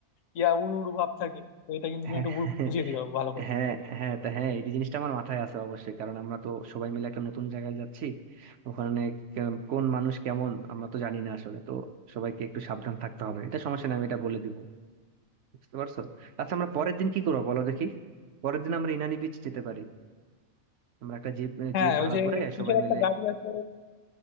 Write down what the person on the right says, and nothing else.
হ্যাঁ
<laughs>
হ্যাঁ হ্যাঁ তা হ্যাঁ এই জিনিসটা আমার মাথায় আছে অবশ্যই কারণ আমরা তো সবাই মিলে একটা নতুন জায়গায় যাচ্ছি ওখানে কেম- কোন মানুষ কেমন আমরা তো জানি না আসলে তো সবাইকে একটু সাবধান থাকতে হবে এটা সমস্যা নেই আমি এটা বলে দিব বুঝতে পারছো আচ্ছা আমরা পরের দিন কি করবো বলো দেখি পরের দিন আমরা ইনানি বিচ যেতে পারি আমরা একটা জিপ
জিপ ভাড়া
করে
সবাই
মিলে